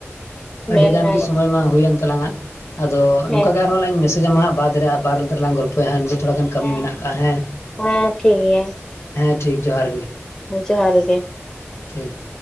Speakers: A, on the left; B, on the left.
A: ᱟᱹᱰᱤ
B: ᱢᱮᱱᱟᱭ
A: ᱜᱟᱱ ᱜᱮ ᱥᱚᱢᱚᱭ ᱢᱟ ᱦᱩᱭᱮᱱ ᱛᱟᱞᱟᱝᱟ ᱟᱫᱚ
B: ᱦᱮᱸ
A: ᱱᱚᱝᱠᱟ ᱜᱮ ᱟᱨᱦᱚᱸ ᱞᱟᱝ ᱢᱮᱥᱮᱡᱽ ᱟᱢᱟ ᱵᱟᱫᱽ ᱨᱮ ᱟᱨ ᱵᱟᱫᱽ ᱨᱮᱫᱚ ᱞᱟᱝ ᱜᱚᱞᱯᱚ ᱵᱟᱦᱮᱱ ᱡᱤ ᱛᱷᱚᱲᱟ ᱜᱟᱱ ᱠᱟᱹᱢᱤ
B: ᱦᱮᱸ
A: ᱢᱮᱱᱟᱜ ᱟᱠᱟᱜᱼᱟ ᱦᱮᱸ
B: ᱦᱮᱸ ᱴᱷᱤᱠ ᱜᱮᱭᱟ
A: ᱦᱮᱸ ᱴᱷᱤᱠ ᱡᱚᱦᱟᱨ ᱜᱮ
B: ᱡᱚᱦᱟᱨ ᱜᱮ
A: ᱴᱷᱤᱠ